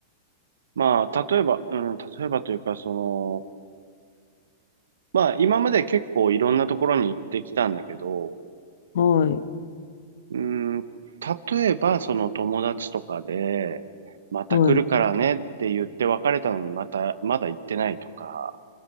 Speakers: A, on the right; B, on the left.
A: まあ、例えば、うん、例えばというか、その、まあ今まで結構いろんなところに行ってきたんだけど、
B: はい、
A: うん、例えば、その友達とかで、また来るからねって言って別れたのにまた、
B: はい。
A: まだ行ってないとか、